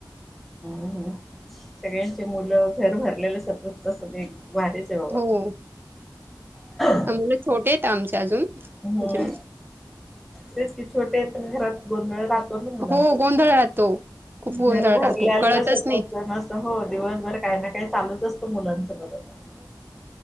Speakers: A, in the centre; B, on the right (about 30°).
A: हम्म. सगळ्यांचे मुल घर भरलेलं सतत असते भारीच आहे बाबा
B: हो.
A: <inaudible>
B: मुलं छोटे आहेते आमचे अजून.
A: हम्म
B: म्हणजे
A: तेच की छोटे आहेत घरात गोंधळ राह तो ना मुलांचा
B: हो गोंधळ राहतो.
A: <inaudible>
B: खूप गोंधळ
A: घर भरलेल्या
B: राहतो. कळतच
A: सतत
B: नाही.
A: जण अस तं हो दिवसभर काही ना काही चालूच असतो मुलांचं. <unintelligible>